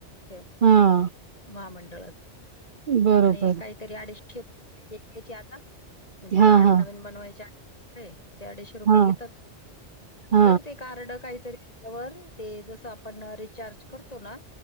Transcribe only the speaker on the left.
ते
महामंडळ.....
आणि काहीतरी अडीचशेप घ्यायचे आता म्हणजे
कार्ड
नवीन बनवायचे... काय ते अडीचशे रुपये
घेतात....
नंतर ते कार्ड काहीतरी त्याच्यावर ते जसं आपण रिचार्ज करतो ना......